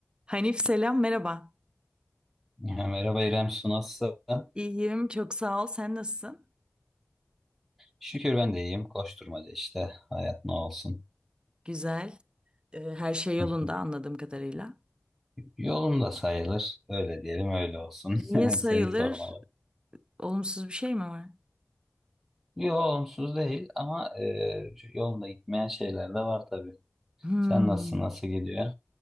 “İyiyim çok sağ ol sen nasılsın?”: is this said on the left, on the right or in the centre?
Right